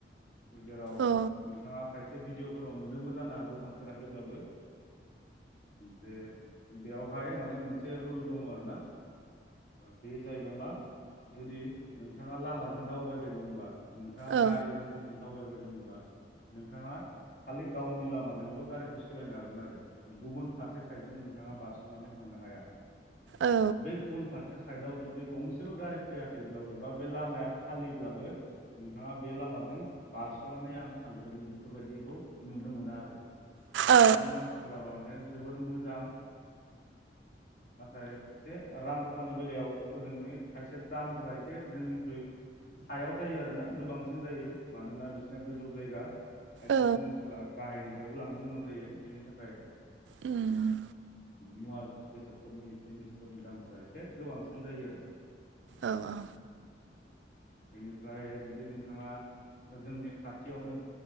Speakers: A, on the left (about 60°); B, on the right (about 85°).
A: जेराव
B: औ
A: नोंथाङा खायसे से भिडिअफोराव नुदोंबो जानो हागौ थांफेराखैब्लाबो जे बेयावहाय माने मोनसे रुल दङ आरोना बे जाहैबाय मा जुदि नोंथाङा लामाजों दावबायबाय दंब्ला दा
B: औ
A: गारि मथरजों दावबायबाय दंब्ला नोंथाङा खालि गावनि लामाजोंल' गारिखौ सालायनो हागोन आरो गुबुन फारसे साइडजों नोंथाङा बारस'नानै थांनो हाया
B: औ
A: बे गुबुन फारसे साइदआव जुदि गंसेबो गारि फैयाखैब्लाबो बा बे लामाया खालिब्लाबो नोंथाङा बे लामाजों बारस'नानै आं थांग्रोनि बेफोरबायदिखौ नुनो मोना आरो।
B: औ
A: बेनि मानसिफोरा माने जोबोर मोजां नाथाय एसे रां रुफानि बेलायाव ओजोंनि खायसे दामफोरा एसे जोंनिख्रुइ सायाव जायो आरोना गोबांसिन जायो मानोना बिसिनाया गोजौ जायगा खायसे
B: औ
A: जिनिसफोरा गाहायनिफ्रायबो लांनो गोनां जायो बिनि थाखाय
B: उम
A: मुवा बेसादफोरनि जिनिसफोरनि दामफोरा एसे गोबांसिन जायो आरो
B: औ औ
A: बेनिफ्राय जुदि नोंथाङा जोंनि खाथियावनो